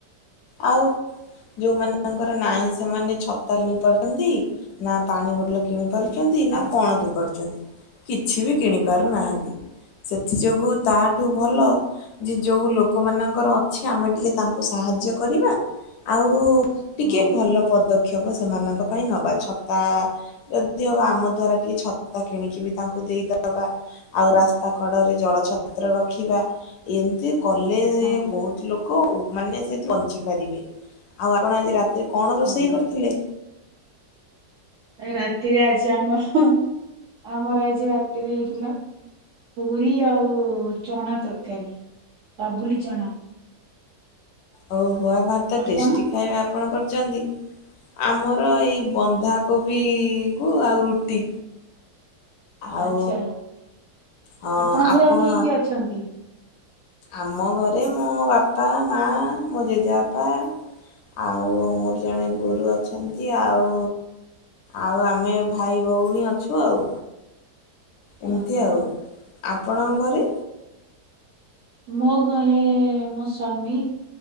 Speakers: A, on the left (about 70°); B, on the right (about 65°).
A: ଆଉ ଯୋଉମାନଙ୍କର ନାହିଁ ସେମାନେ ଛତା କିଣି ପାରୁଛନ୍ତି ନା ପାଣି ବୋଟଲ କିଣି ପାରୁଛନ୍ତି ନା କଣ କିଣି ପାରୁଛନ୍ତି କିଛି ବି କିଣି ପାରୁନାହାନ୍ତି। ସେଥି ଯୋଗୁ ତାଠୁ ଭଲ ଯେ ଯୋଉ ଲୋକମାନଙ୍କର ଅଛି ଆମେ ଟିକେ ତାଙ୍କୁ ସାହାଯ୍ୟ କରିବା ଆଉ ଟିକେ
B: ହଁ
A: ଭଲ ପଦ ବକ୍ଷେପ ସେମାନଙ୍କ ପାଇଁ ନେବା ଛତା ଯଦି ହବ ଆମ ଦ୍ଵାରା ଟିକେ ଛତା କିଣିକି ବି ତାଙ୍କୁ ଦେଇଦବା ଆଉ ରାସ୍ତା କଡ଼ରେ ଜଳଛତ୍ର ରଖିବା ଏମିତି କଲେ
B: ହଁ
A: ବହୁତ ଲୋକ ମାନେ <unintelligible> ବୁଝି ପାରିବେ ଆଉ ଆପଣ ଆଜି ରାତି କଣ ରୋଷେଇ
B: ହଁ।
A: କରିଥିଲେ?
B: ଏ ରାତିରେ ଆଜି ଆମର ଆମର ଆଜି ରାତିରେ ହେଇଥିଲା ପୁରି ଆଉ ଚଣା ତରକାରୀ ବାବୁଲି ଚଣା।
A: ଓ ଖୁଆ ଭାତ
B: ଆପଣ?
A: ଟେଷ୍ଟି ଖାଇବା ଆପଣଙ୍କର ଚନ୍ତିି। ଆମର ଏଇ ବନ୍ଧା କୋବି କୁ ଆଉ ରୁଟି। ଆଉ
B: ଆଚ୍ଛା
A: ହଁ
B: ଆପଣଙ୍କର
A: ଆପଣ
B: ଆଉ କିଏ କିଏ ଅଛନ୍ତି?
A: ଆମ ଘରେ ମୋ ବାପା ମା ମୋ ଜେଜେବାପା ଆଉ ମୋର ଜଣେ ଗୁରୁ ଅଛନ୍ତି ଆଉ ଆଉ ଆମେ ଭାଇ ଭଉଣୀ ଅଛୁ ଆଉ। ଏମିତି
B: ଓହୋ
A: ଆଉ। ଆପଣଙ୍କ ଘରେ?
B: ମୋ ଘରେ ମୋ ସ୍ୱାମୀ